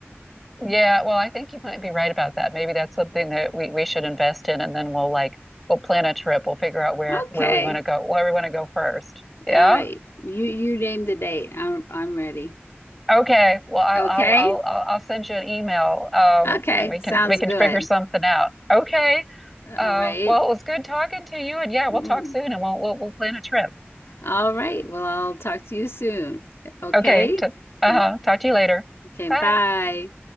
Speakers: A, in the centre; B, on the left.
A: Yeah, well, I think you might be right about that. Maybe that's something that we we should invest in and then we'll like we'll plan a trip. We'll figure out where
B: Okay.
A: where we want to go, where we want to go first. Yeah.
B: All right. You you name the date. I'm I'm ready.
A: Okay. Well, I'll
B: Okay?
A: I'll I'll I'll I'll send you an email um
B: Okay.
A: and we can
B: Sounds
A: we can
B: good.
A: figure something out. Okay. Uh,
B: All right.
A: well, it was good talking to you, and yeah, we'll
B: Mm.
A: talk soon, and we'll we'll, we'll plan a trip.
B: All right. Well, I'll talk to you soon. Okay?
A: Okay, t uh-huh.
B: Okay.
A: Talk to you later.
B: Okay.
A: Bye.
B: Bye.